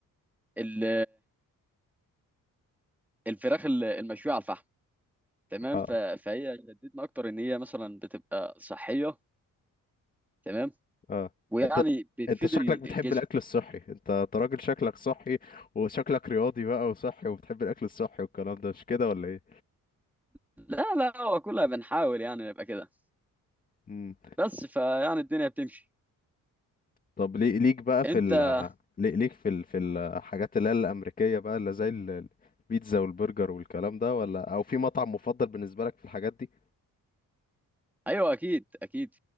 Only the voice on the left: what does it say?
اه
اه
انت
انت شكلك
بتحب
الأكل الصحي انت أنت راجل شكلك صحي وشكلك رياضي بقى وصحي وبتحب الأكل الصحي والكلام ده مش كده ولا
ايه
طب ليه ليك بقى
في ال... ليه- ليك في ال... في الحاجات اللي هي الأمريكية بقى اللي زي ال- البيتزا والبرجر والكلام ده ولا أو في مطعم مفضل بالنسبة لك في الحاجات دي؟